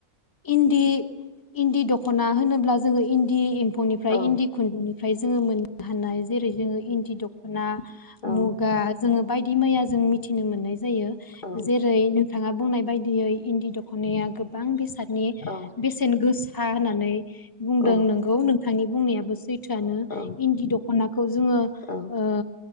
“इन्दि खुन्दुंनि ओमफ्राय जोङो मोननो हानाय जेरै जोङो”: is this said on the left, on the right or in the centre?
Left